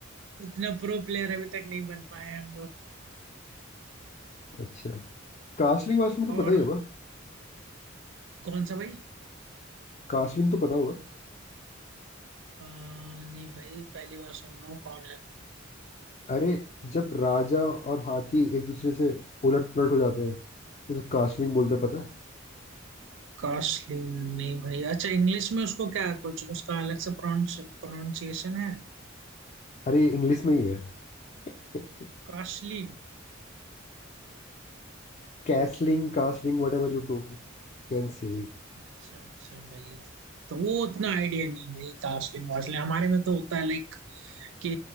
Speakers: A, on the right (about 65°); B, on the left (about 35°).
A: उतना प्रो प्लेयर अभी तक नहीं बन पाए हम लोग
B: अच्छा कास्टलिंग वास्टलिंग तो
A: और
B: पता ही होगा
A: कौन सा भाई
B: कास्टलिंग तो पता होगा
A: आ, नहीं भाई पहली बार सुन रहा हूँ कौन है
B: अरे जब राजा और हाथी एक दूसरे से उलट पुलट हो जाते हैं तो उसे कास्टलिंग बोलते हैं पता है
A: कास्लिन नहीं भाई अच्छा इंग्लिश में उसको क्या कुछ उसका अलग से प्रोनाउंस प्रोनाउंसिएशन है
B: अरे इंग्लिश में ही है <laughs>
A: कास्लिन
B: Castling castling whatever you too can say
A: अच्छा अच्छा भाई तो वो उतना आइडिया नहीं है भाई कास्लिन वास्लिन हमारे में तो होता है लाइक कि